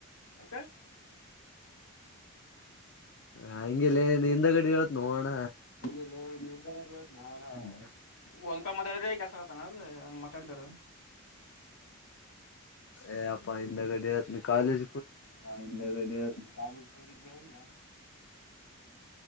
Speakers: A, on the left; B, on the left.
A: ಯಾಕ
B: ಹಂಗಲೆ ನೀಂದ ಗಡಿ ಹೇಳತ್ ನೋಣ್ಣ
A: ಇನ್ನಲ್ಲ ಹಿಂದಗಡೆ ಹೇಳ ನಾಡ ಒಂದ್ ಕ ಮದ ಆದ್ರೆ ಕೆಲ್ಸ ಆತಾನದ ಹಂಗ ಮಾತಾಡತಾರ
B: ಏ ಯಪ್ಪ ಹಿಂದಗಡೆ ಹೇಳುತ್ತೇನೆ ಕಾಲೇಜ
A: ಹ ಹಿಂದ ಗಡ ಕಾಲೇಜ ಹೋಗಿದ್ದೇನ ಇಲ್ಲ